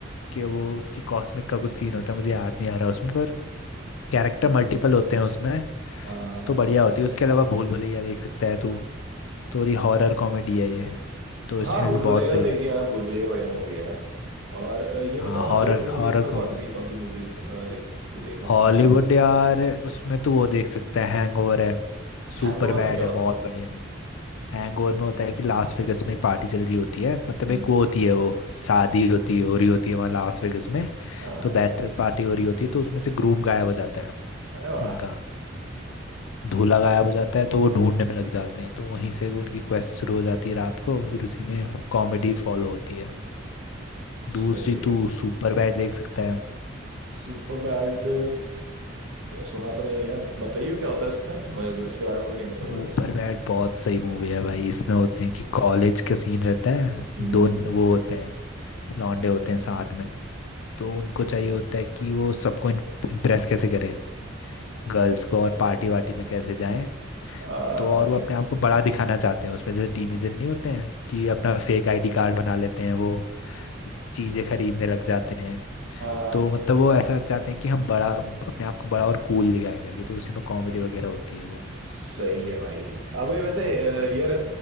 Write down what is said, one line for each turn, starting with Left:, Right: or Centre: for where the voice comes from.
Left: कि वो उसकी कॉस्मिक का कुछ सीन होता है मुझे याद नहीं आ रहा उसमें पर कैरेक्टर मल्टीपल होते हैं उसमें
Right: हाँ हाँ
Left: तो बढ़िया होती है उसके अलावा भूल भुलैया देख सकता है तू थोड़ी हॉरर कॉमेडी है ये तो
Right: हाँ
Left: इसमें
Right: भूल
Left: भी बहुत
Right: भुलैया
Left: सही
Right: देखिए
Left: रहता
Right: हाँ, भूल भुलैया बढ़िया मूवी है यार और अ, ये बताओ
Left: है हाँ हॉरर
Right: हॉलीवुड मूवीज
Left: हॉरर
Right: पे कौन
Left: कॉमेडी
Right: सी कौन सी मूवीज लाइक तू देखना पसंद
Left: हॉलीवुड यार उसमें तो वो देख सकता है हैंगओवर है सुपर
Right: हैंगओवर
Left: बैड
Right: में क्या
Left: है
Right: होता
Left: बहुत बढ़िया हैंगओवर में होता है कि लास वेगस में एक पार्टी चल रही होती है मतलब
Right: हम्म
Left: एक वो होती है वो शादी होती है हो रही होती है वहाँ लास वेगस में
Right: हाँ
Left: तो बैचलर पार्टी हो रही होती है तो उसमें से ग्रूम गायब हो जाता है
Right: अरे वाह
Left: उनका धूला गायब हो जाता है तो वो ढूंढने में लग जाते हैं तो वहीं से उनकी क्वेस्ट शुरू हो जाती है रात को फिर उसी में कॉमेडी फॉलो होती है
Right: सही
Left: दूसरी तू
Right: है
Left: सुपर बैड देख सकता है
Right: Superbad सुना तो नहीं है बताइए क्या होता है इस पे मुझे इसके बारे में भी नहीं पता
Left: ऊपर
Right: होगा
Left: बैड बहुत सही मूवी है भाई इसमें होते हैं कि कॉलेज का सीन रहता है
Right: हम्म
Left: दो न- वो होते हैं लौंडे होते हैं साथ में तो उनको चाहिए होता है कि वो सबको इम्प्रेस कैसे करें गर्ल्स को और पार्टी वार्टी में कैसे जाएं
Right: ओके
Left: तो और वो अपने आप को बड़ा दिखाना चाहते हैं उसमें जैसे टीनेजर नहीं होते हैं कि अपना फेक आईडी कार्ड बना लेते हैं वो चीज़ें खरीदने लग जाते हैं
Right: हाँ
Left: तो मतलब वो ऐसा चाहते हैं कि हम बड़ा अपने आप को बड़ा और कूल दिखाएं करके तो उसी में कॉमेडी वगैरह होती है वो
Right: सही है भाई अबे वैसे अ, यार